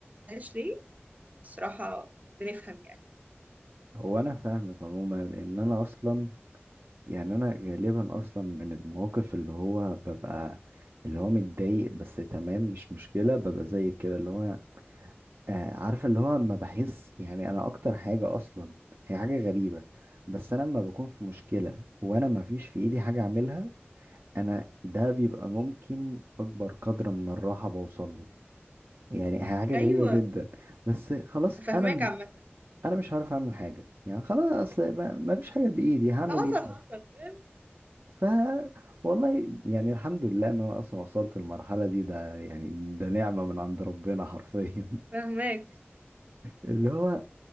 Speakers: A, on the right; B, on the right.
A: حلهاش ليه الصراحة بنفهم يعني
B: هو انا فاهمك عموما لان انا اصلا يعني انا غالبا اصلا من المواقف اللي هو ببقى اللي هو متضايق بس تمام مش مشكلة ببقى زي كده اللي هو آه عارفة اللي هو ما بحس يعني انا اكتر حاجة اصلا هي حاجة غريبة بس انا لما بكون في مشكلة وانا ما فيش في ايدي حاجة اعملها انا ده بيبقى ممكن اكبر قدر من الراحة بوصل له يعني هي حاجة
A: أيوة
B: غريبة جدا بس خلاص
A: فاهماك
B: انا م-
A: عامة
B: انا مش عارف اعمل حاجة يعني خلاص اصل ما ما فيش حاجة بايدي هعمل
A: لا حصل
B: ايه
A: حصل فاهم
B: ف والله يعني الحمد لله ان انا اصلا وصلت المرحله دي ده يعني ده نعمه من عند ربنا حرفيا <laughs>
A: فاهماك
B: اللي هو